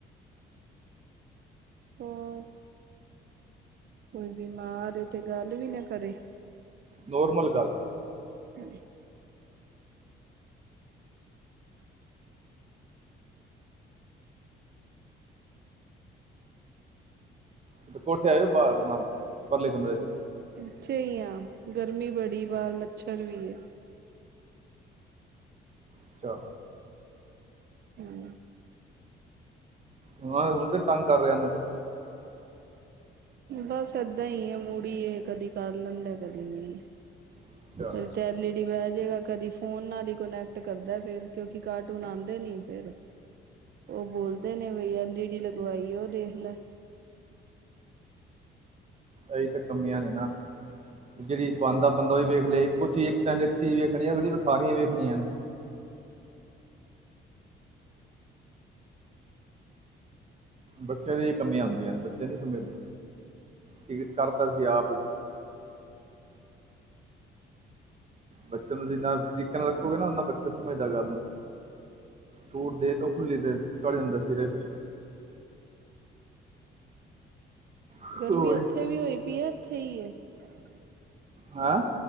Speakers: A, on the right; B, on the right.
A: ਹਾਂ। ਕੋਈ ਬਿਮਾਰ ਉ ਤੇੇ ਗੱਲ ਵੀ ਨਾ ਕਰੇ।
B: ਨੋਰਮਲ ਗੱਲ
A: ਹਮ
B: ਤੇ ਕੋਠੇ ਆਇ ਆਪਣਾ ਪਰਲੇ ਕਮਰੇ ਚ
A: ਅੱਛੇ ਹੀ ਹਾਂ ਗਰਮੀ ਬੜੀ ਵਾਰ ਮੱਛਰ ਵੀ ਹੈ
B: ਅੱਛਾ
A: ਹਮ
B: ਹ ਹੁਣ ਤੇ ਤੰਗ ਕਰ ਰਿਹਾ ਇਹਨਾਂ ਦਾ
A: ਬਸ ਏਦਾਂ ਹੀ ਹੈ ਮੁੜੀ ਹੈ ਕਦੀ ਕਰ ਲੈਂਦਾ ਹੈ ਕਦੀ ਨਹੀਂ
B: ਅੱਛਾ
A: ਚ ਤੇ ਐਲਈ ਡੀ ਬਹਿ ਜੇਗਾ ਕਦੀ ਫੋਨ ਨਾਲ ਹੀ ਕੋਨੈਕਟ ੱਟ ਕਰਦਾ ਫੇਿਰ ਕਿਉਂਕਿ ਕਾਰਟੂਨ ਆਉਂਦੇ ਨ ਫੇਿਰ ਉਹ ਬੋਲਦੇ ਨੇ ਬਈ ਐਲਈ ਡੀ ਲਗਵਾਈ ਉਹ ਦੇਖ ਲੈ
B: ਇਹੀ ਤਾਂ ਕਮੀਆਂ ਨੇ ਨਾ ਜਿਹੜੀ ਬੰਦ ਬੰਦਾ ਓਹੀ ਵੇਖ ਲਏ ਇੱਕੋ ਚੀਜ਼ ਟੈਮ ਚੀਜ਼ ਵੇਖਣੀ ਸਾਰੀਆਂ ਵੇਖਣੀਆਂ ਨੇ ਬੱਚਿਆਂ ਦੀ ਕਮੀਆਂ ਆਉਂਦੀਆਂ ਨੇ ਬੱਚੇ ਨੀ ਸਮਝਦੇ ਟਿਕਟ ਕਰਤਾ ਸੀ ਆਪ ਹੀ ਬੱਚਿਆਂ ਨੂੰ ਜਿੰਨਾ ਤਰੀਕੇ ਨਾਲ ਰੱਖੋਗੇ ਨਾ ਓਨਾ ਬੱਚਾ ਸਮਝਦਾ ਗੱਲ ਨੂੰ ਛੂਟ ਦੇ ਦੋ ਭੁੱਲੀ ਤੇ ਚੱਲ ਜਾਂਦਾ ਸਿਰੇ ਫਿਰ ਫਿਰ
A: ਗਰਮੀ ਉੱਥੇ ਵੀ ਹੋਈ ਪਈ ਹੈ <unintelligible>
B: ਹੈਂ